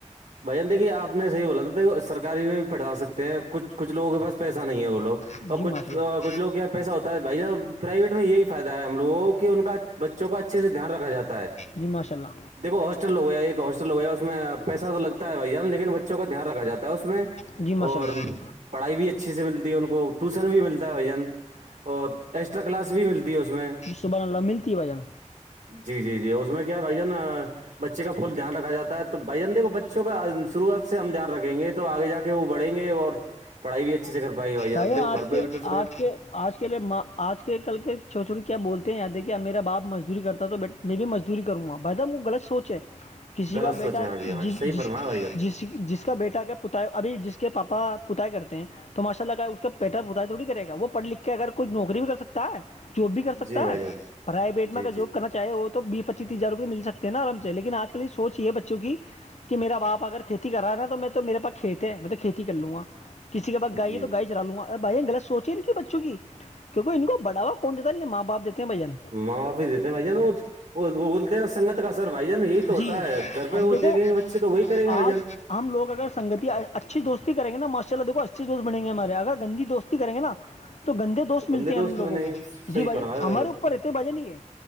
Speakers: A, on the right; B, on the left.
A: بھائی جان دیکھیے آ نے صحی بولا تھا سرکاری میں بھی پڑھا سکتے ہیں کچ کچھ لگوں کے پاس پیسہ نہیں ہے لو
B: جی
A: اور کچھ
B: ماشاء اللہ
A: کچھ لوگ کے یہاں پیسہ ہوتا ہے بھائی ج پرائیویٹ میں یہی فائدہ ہے ہم لو کو کہ ان کا بچہ <unintelligible> کو اچھے سے دھیان رکھااتا <unintelligible>
B: جی ماشاء اللہ <unintelligible>
A: دیکو ہاسٹل ہو گیا ایک ہاسٹل ہو گیا اس میں پیسہ تو لگتا ہے بھیاا لیکن بچوں کا دھیان رکھا جا ہے اس میں
B: جی ماشاء
A: اور
B: اللہ
A: پڑھائی بھی اچھیے سے ملتی ہے ان کو ٹیوشن بھی ملتا ہے بھن اور ایکسٹرا کلاس بھی ملتی ہے اس میں
B: سبحنے ملتی وجن
A: جی جی جی اس میں کیا بھائی نا بچے کا فل دھیان رکھا جاتا تو بھائی جانندے بچوں کا شروعات سے ہم دھیان رکھیں گے تو آگے جا کے وہ بڑیں گے اور پڑھائی بھی اچھے سے کر پائیں گے بائی
B: بھائی
A: دیکو
B: آج
A: گھر
B: کے
A: پہ بھی ٹوشن
B: آج کے آج کے لیےاں آج کے کل کے چو چھوی کیا بولتے ہیں یااں دیکھیے میرا باپ مزدوری کرتا تو بیٹا میں بھی مزدوری کروں گا بھائی وہ غلط سوچ ہے کسی
A: غلط
B: کا
A: سوچے
B: بیٹا
A: ہاں جی ہاں
B: جس
A: صحیح
B: جس
A: فرمایا بھائی جان
B: جس جس کا بیٹا اگر پتا ابھی جس کے پاپا پتائے کرتے ہیں تو ماشاء اللہ اس کا پیٹرن بتتاائی تھوڑی کرے گا وہ پڑھ لکھ کے اگر کوئی نوکری بھی کر سکتا ہے جاب بھی کر سکتا
A: جی بھائی
B: ہے
A: جان
B: پرائی بیٹما
A: جی
B: کا
A: جی
B: جاب کرنا چاہے وہ تو بیسچی تیس ہزار روپئے مل سکتے نا آم سے لیکن آجل سوچ یہ ہے بچوں کی کہ میرا باپ اگر کھیتی کر رہا ہے نا تو میں تو میرے پاس کھیت ہے میں تو کھیتی کر لوں گا کسی کے پاس گائے
A: جی
B: بھی رہ لوںا ار بھائی غط سوچے کے بچوں کیونکہ ان کو بڑھا کون دیتا کے ماں باپ دیتے ہیں بھین
A: ماں باپ بھی دیتے ہیں بھائی نوود وہ وہ بولتے ہیں نا سگت کا سر بھائی جان یہی تو ہوتا
B: جی
A: ہے گھر
B: اب
A: پہ وہ
B: دیکھو
A: دیکیں گے بچے تو وہی کریں گے بھائی
B: آج
A: جان
B: ہم لوگ اگر سنگتی اچھی دوستی کریں گےاشاءلہ دیکو اچھی دوست بنیں گے ہمارے اگر گندی دوستی کریں گے نا تو تو گندے دوست
A: بندے
B: ملتے ہیں ہم لووں
A: بنیں گے
B: کو
A: صحیح
B: جی بھجن
A: فرمایا
B: ہمارے
A: بھائی جان
B: اوپر رہتے ہیں بھجن ہی ہے